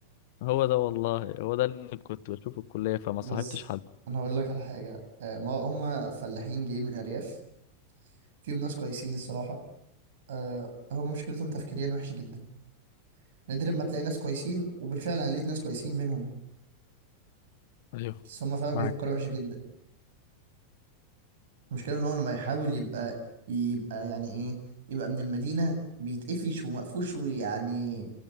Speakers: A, on the left (about 60°); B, on the right (about 75°).
A: هو ده والله هو ده اللي كنت بشوفه في الكلية
B: <laughs>
A: فما
B: بص
A: صاحبتش حد
B: انا هقول لك على حاجه آه، ما هم فلاحين جايين من الارياف فيهم ناس كويسين الصراحه آه، هم مشكلتهم تفكيريا وحش جدا نادرا ما تلاقي ناس كويسين وبالفعل انا لقيت ناس كويسين منهم
A: ايوه
B: بس هم فعلا
A: معاك
B: بيفكروا وحش جدا المشكله ان هو لما يحاول يبقى يبقى يعني ايه يبقى من المدينه بيتقفش ومقفوش ويعني